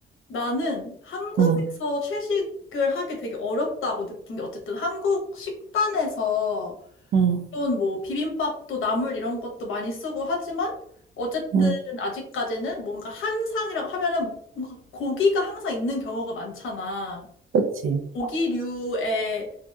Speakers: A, on the left; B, on the right.
A: 나는 한국에서
B: 응,
A: 채식을 하기 되게 어렵다고 느낀 게 어쨌든 한국 식단에서
B: 응,
A: 물론 뭐 비빔밥도 나물 이런 것도 많이 쓰고 하지만 어쨌든
B: 응,
A: 아직까지는 뭔가 한상이라고 하면은 뭔가 고기가 항상 있는 경우가 많잖아.
B: 그치.
A: 고기류의